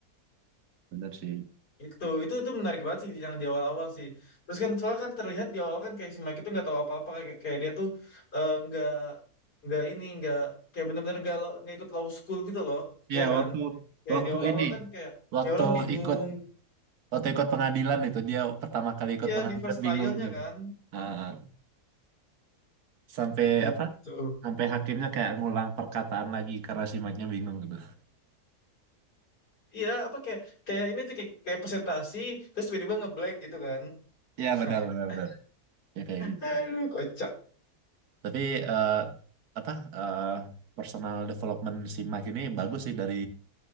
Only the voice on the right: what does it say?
Benar sih.
Iya
waktu
waktu
ini
waktu
ikut waktu ikut pengadilan itu dia pertama kali ikut
pengadilan
bingung gitu.
Ah, ah. sampai
apa? Sampai hakimnya kayak ngulang perkataan lagi karena si Mike-nya bingung gitu.
Iya
benar benar benar. Ya kayak gitu.
Tapi eh, apa eh, personal development si Mike ini bagus sih dari